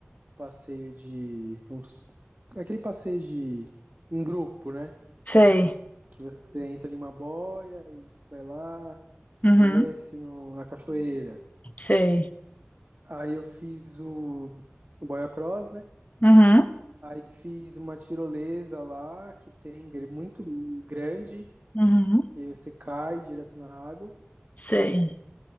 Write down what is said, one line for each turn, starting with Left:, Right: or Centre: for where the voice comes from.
Right: passeio de. uns- aquele passeio de. em grupo, né?
Left: Sei.
Right: Que você entra em uma boia e vai lá,
Left: Uhum.
Right: desce no- na cachoeira.
Left: Sei.
Right: Aí eu fiz o, o boia cross, né?
Left: Uhum.
Right: Aí fiz uma tirolesa lá, que tem muito grande,
Left: Uhum.
Right: e aí você cai direto na água.
Left: Sei.